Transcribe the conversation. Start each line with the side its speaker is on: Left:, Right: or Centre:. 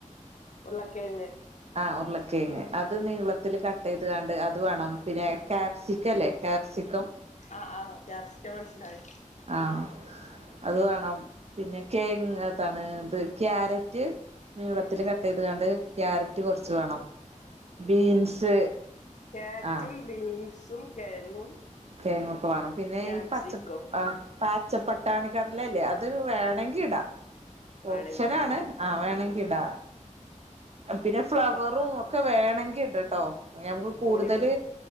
Left: ഉരുളക്കെഴങ്ങ്‌
Right: ആ ഉരുളക്കേങ്ങ് അത് നീളത്തിൽ കട്ട് ചെയ്ത് കാണ്ട് അത് അത് വേണം പിന്നെ കാപ്സിക്കം ഇല്ലേ കാപ്സിക്കം
Left: ആഹ് ആഹ് ക്യാപ്സിക്കം മനസ്സിലായി
Right: ആഹ് അത് വേണം പിന്നെ കേങ് എത്താണ് ഇത് ക്യാരറ്റ് നീളത്തിൽ
Left: ഉം
Right: കട്ട് ചെയ്ത് കാണ്ട് ക്യാരറ്റ് കുറച്ച് വേണം ബീൻസ്
Left: ക്യാരറ്റ്
Right: ആഹ്
Left: ബീൻസും കിഴങ്ങും
Right: കിയങ്ങോക്കെ വേണം പിന്നെ
Left: ക്യാപ്സിക്കം
Right: ഈ പച്ച ആഹ് പാച്ചപ്പട്ടാണിക്കടലല്ലേ അതൊരു വേണമെങ്കി ഇടാ
Left: വേണെങ്കില്
Right: ഓപ്ഷനാണ്
Left: ഇടലേ
Right: ആ വേണമെങ്കിൽ ടാ പിന്നെ ഫ്ലവറും
Left: അപ്പ
Right: ഒക്കെ വേണമെങ്കി ഇടട്ടോ ഞമുക്ക് കൂടുതൽ
Left: കോളിഫ്ല